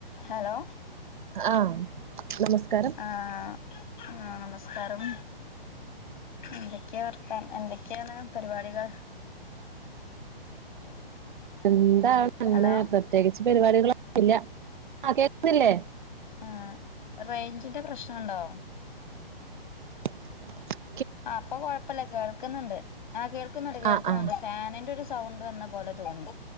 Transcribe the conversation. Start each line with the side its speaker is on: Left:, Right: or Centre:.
Left: Hello
Right: ആഹ് നമസ്കാരം
Left: ആഹ നമസ്കാരം എന്തൊക്കെയാ വർത്തൻ എന്തൊക്കെയാണ് പരിപാടികൾ <unintelligible>
Right: എന്താണ് അങ്ങനെ
Left: ഹലോ
Right: പ്രത്യേകിച്ച് പരിപാടികളൊന്നുല്ല ആ കേക്ക്ണ്ല്ലേ
Left: ആഹ് റേഞ്ചിന്റെ പ്രശ്നുണ്ടോ?
Right: <unintelligible>
Left: ആ അപ്പൊ കൊഴപ്പില്ല കേൾക്കുന്നുണ്ട് ആഹ് കേൾക്കുന്നുണ്ട് കേൾക്കുന്നുണ്ട്
Right: ആഹ് ആഹ്
Left: ഫാനിന്റെ ഒരു സ് സൗണ്ട് വന്ന പോലെ തോന്നി